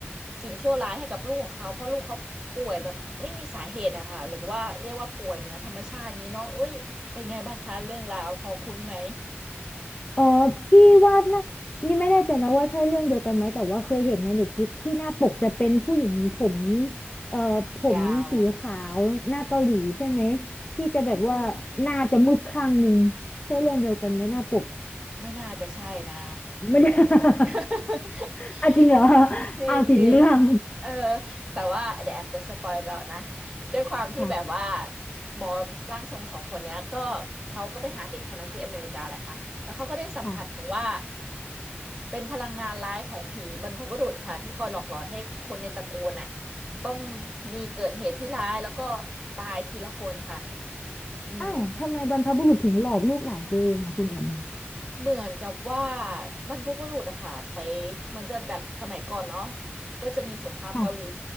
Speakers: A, on the right (about 15°); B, on the left (about 30°).
A: สิ่งชั่วร้ายให้กับลูกของเขาเพราะลูกเขาป่วยแบบไม่มีสาเหตุอะค่ะหรือว่าเรียกว่าป่วยเหนือธรรมชาติอย่างนี้เนาะเอ้ยเป็นไงบ้างคะเรื่องราวพอคุ้นไหม
B: อ๋อพี่ว่านะนี่ไม่แน่ใจนะว่าใช่เรื่องเดียวกันไหมแต่ว่าเคยเห็นในเน็ตฟลิกที่หน้าปกจะเป็นผู้หญิงผม
A: อืม
B: เอ่อผมสีขาวหน้าเกาหลีใช่ไหม
A: ยาว
B: ที่จะแบบว่าหน้าจะมืดข้างหนึ่งใช่เรื่องเดียวกันไหมหน้าปก
A: อืมไม่น่าจะใช่นะ
B: ไม่ได้ <laughs>
A: <laughs>
B: อ่ะจริงเหรอ
A: จริงจริง
B: อ้าวผิดเรื่อง
A: เออแต่ว่าเดี๋ยวแอมจะสปอยต่อนะ ด้วยความที่แบบว่า
B: <laughs> ค่ะ
A: หมอร่างทรงสองคนเนี้ยก็เขาก็ไปหาเด็กคนนั้นที่อเมริกานะคะแล้วเขาก็ได้สัมผัสถึงว่า
B: ค่ะ
A: เป็นพลังงานร้ายของผีบรรพบุรุษค่ะที่คอยหลอกหลอนให้คนในตระกูลน่ะต้องมีเกิดเหตุที่ร้ายแล้วก็ตายทีละคนค่ะอืม
B: อ้าวทำไมบรรพบุรุษถึงหลอกลูกหลานตัวเองอ่ะคุณแอม
A: เหมือนกับว่าบรรพบุรุษอะค่ะไปมันจะแบบสมัยก่อนเนาะก็จะมีสงครามเกาหลี
B: ค่ะ